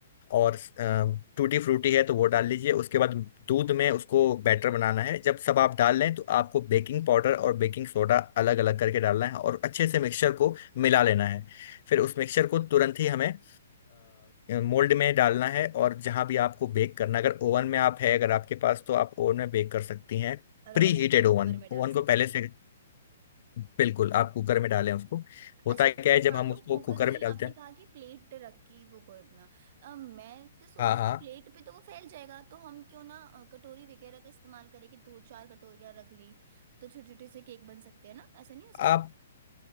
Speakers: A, on the left; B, on the right.
A: और टूटी फ्रूटी है तो वो डाल लीजिए उसके बाद दूध में उसको बैटर बनाना है जब सब आप डाल लें तो आपको बेकिंग पाउडर और बेकिंग सोडा अलग अलग करके डालना है और अच्छे से मिक्सचर को मिला लेना है फिर उस मिक्सचर को तुरंत ही हमें मोल्ड में डालना है और जहाँ भी आपको बेक करना अगर ओवन में आप है अगर आपके पास तो आप ओवन में बेक कर सकती हैं
B: और
A: प्री
B: अगर नहीं
A: हीटेड
B: तो कुकर
A: ओवन
B: में डाल
A: ओवन
B: सकते
A: को पहले
B: हैं हम।
A: से बिल्कुल आप कुकर में डालें उसको
B: अच्छा
A: होता है क्या
B: जैसे
A: है जब
B: मान
A: हम
B: लो
A: उसको
B: कुकर
A: कुकर
B: में
A: में डालते
B: आपने
A: हैं
B: कहा कि प्लेट रखी वो करना अ, मैं क्या सोची
A: हाँ
B: थी प्लेट पे तो वो फैल जाएगा तो हम क्यों ना अ, कटोरी वगैरह का इस्तेमाल करें कि दो चार कटोरियां रख ली तो छोटे छोटे से केक बन सकते हैं ना ऐसा नहीं हो सकता
A: हाँ